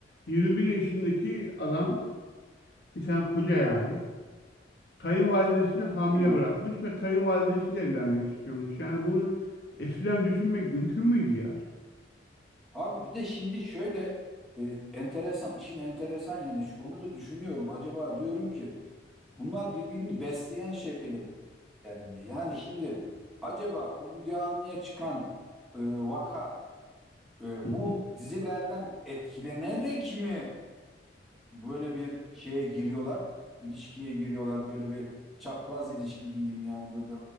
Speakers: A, on the left (about 60°); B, in the centre.
A: 21 yaşındaki adam bir tane koca yani. kayınvalidesini hamile
B: Ha.
A: bırakmış ve kayınvalidesiyle evlenmek istiyormuş. Yani bunu eskiden düşünmek mümkün müydü ya?
B: Abi bir de şimdi şöyle e, enteresan işin enteresan yanı şu, onu da düşünüyorum. Acaba diyorum ki bunlar birbirini besleyen şeyler mi? Yani şimdi acaba o Müge Anlı'ya çıkan e, vaka e,
A: Hı
B: bu
A: hı.
B: dizilerden etkilenerek mi böyle bir şeye giriyorlar? İlişkiye giriyorlar böyle bir çapraz ilişki diyeyim yani böyle